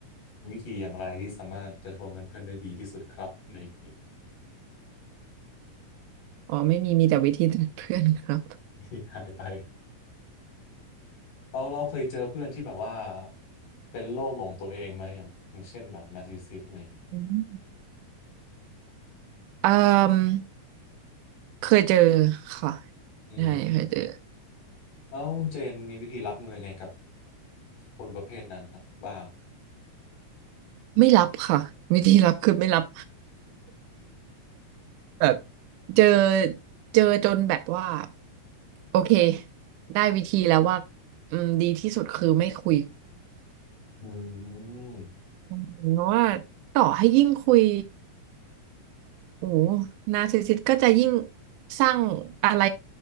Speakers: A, on the left; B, on the right.
A: มีวิธีอย่างไรที่สามารถจะทวงเงินเพื่อนได้ดีที่สุดครับอะไรอย่างงี้
B: อ๋อไม่มีมีแต่วิธีจากเพื่อนครับ
A: <laughs> หายไปเราเราเคยเจอเพื่อนที่แบบว่าเป็นโรคหลงตัวเองไหมอย่างอย่างเช่นแบบนาร์ซิสซิสอะไรอย่างเงี้ย
B: <laughs> เอ่อเคยเจอค่ะ
A: อืม
B: ใช่เคยเจอ
A: แล้วเจนมีวิธีรับมือยังไงกับคนประเภทนั้นบ้าง
B: ไม่รับค่ะวิธีรับคือไม่รับแบบเจอเจอจนแบบว่าโอเคได้วิธีแล้วว่าอืมดีที่สุดคือไม่คุย
A: อืม
B: อืมเพราะว่าต่อให้ยิ่งคุยโอ้หนาร์ซิสซิสก็จะยิ่งสร้างอะไร